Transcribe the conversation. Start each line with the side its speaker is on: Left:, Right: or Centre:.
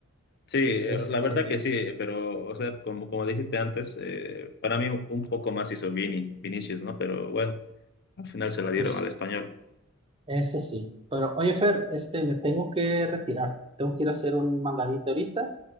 Left: Sí, eh,
Right: Este,
Left: la verdad que sí, pero, o sea, como, como dijiste antes, eh, para mí un, un poco más hizo Vini, Vinicius, ¿no? Pero bueno, al final se la dieron
Right: pues
Left: al español.
Right: Eso sí. Pero oye, Fer, este, me tengo que retirar. Tengo que ir a hacer un mandadito ahorita.